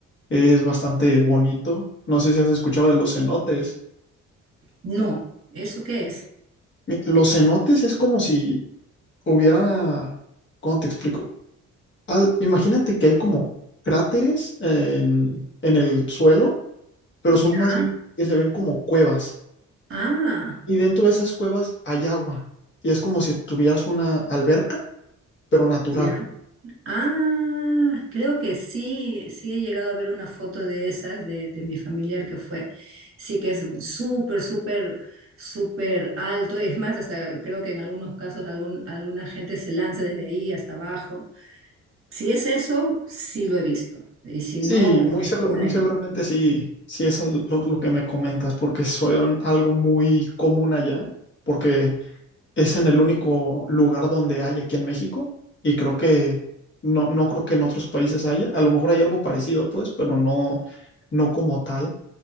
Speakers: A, on the left (about 40°); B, on the right (about 45°).
A: es bastante bonito. No sé si has escuchado de los cenotes.
B: No, ¿eso qué es?
A: Mi- Los cenotes es como si hubiera ¿Cómo te explico? Ah, imagínate que hay como cráteres en, en el suelo, pero
B: Ya.
A: son más bien que se ven como cuevas.
B: Ah,
A: Y dentro de esas cuevas hay agua. Y es como si tuvieras una alberca, pero natural.
B: ya. Ah, creo que sí, sí he llegado a ver una foto de esas de, de mi familiar que fue. Sí que es súper, súper, súper alto. Es más, hasta creo que en algunos casos algún, alguna gente se lanza desde ahí hasta abajo. Si es eso, sí lo he visto. Y si
A: Sí,
B: no,
A: muy,
B: es
A: segu-
B: por
A: muy
B: ahí.
A: seguramente sí, sí es al- lo, lo que me comentas, porque son algo muy común allá, porque es en el único lugar donde hay aquí en México. Y creo que no, no creo que en otros países haya. A lo mejor hay algo parecido, pues, pero no, no como tal.